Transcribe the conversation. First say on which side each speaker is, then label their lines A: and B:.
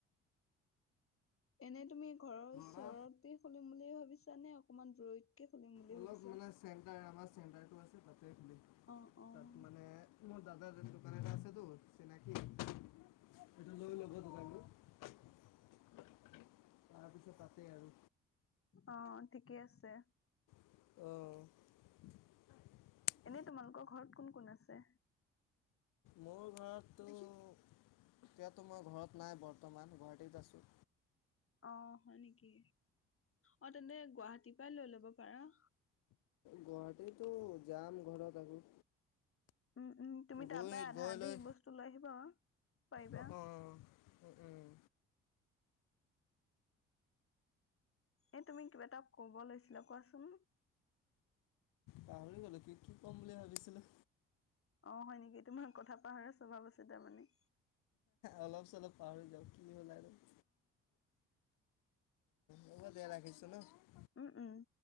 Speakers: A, on the left; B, on the left.
A: এনে তুমি ঘৰৰ ওচৰতে
B: ল'ৰা
A: খুলিম বুলি ভাবিছা নে অকনমান দূৰৈত খুলিম বুলি
B: অলপ
A: ভাবিছ-
B: মানে চেণ্টাৰ আমাৰ চেণ্টাৰটো আছে তাত খুলিম
A: অ
B: তাত
A: অ
B: মানে। মোৰ দাদাৰ দোকান এটা আছেতো চিনাকি সেইটো লৈ ল'ব দোকানটো। তাৰপিছত তাতে আৰু।
A: অ ঠিকেই আছে।
B: অহ।
A: এনে তোমালোকৰ ঘৰত কোন কোন আছে?
B: মোৰ ঘৰতটো- এতিয়াতো মই ঘৰত নাই বৰ্তমান গুৱাহাটীত আছোঁ।
A: অ হয় নেকি অ তেন্তে গুৱাহাটীৰ পৰা লৈ লব পাৰা।
B: গুৱাহাটীতো যাম ঘৰত আকৌ।
A: উম উম তুমি
B: গৈ
A: তাৰ পৰাই আধা
B: গৈ
A: আধি
B: লৈ
A: সি বস্তু লৈ আহিবা। পাৰিবা
B: অ অ উম উম
A: এ তুমি কিবা এটা কব লৈছিলা কোৱাচোন?
B: পাহৰি গ'লো কি কি ক'ম বুলি ভাবিছিলোঁ
A: অ হয় নেকি তোমাৰ কথা পাহৰা স্বভাৱ আছে তাৰমানে।
B: অলপ চলপ পাহৰি যাও কি হ'ল আৰু। অ হব দিয়া ৰাখিছো ন।
A: উম উম।